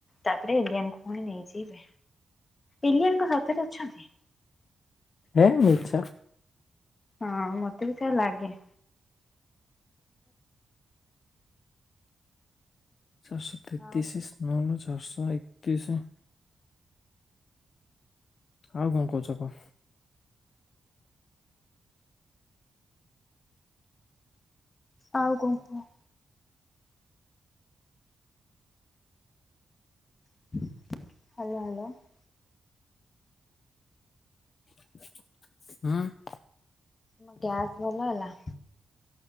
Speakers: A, on the left; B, on the left.
A: ତାପରେ ଏଲିଆନ କୁ ପୁଣି ନେଇଯିବେ ଇଲିଆନ କଣ ସତରେ ଅଛନ୍ତି?,
B: ଏ ମିଛ।
A: ହଁ ମତେ ବି ସେୟା ଲାଗେ।
B: ଚାରିଶହ ତେତିଶ
A: ଆଉ
B: ସ୍ମଲ ଚାରିଶହ ର୍ଏକତିଶ। ଆଉ କଣ କହୁଛ କଣ?
A: ଆଉ କଣ କୁହ? Hello hello.
B: ହୁଁ।
A: ତମ ଗ୍ୟାସ୍ ଭଲ ହେଲା?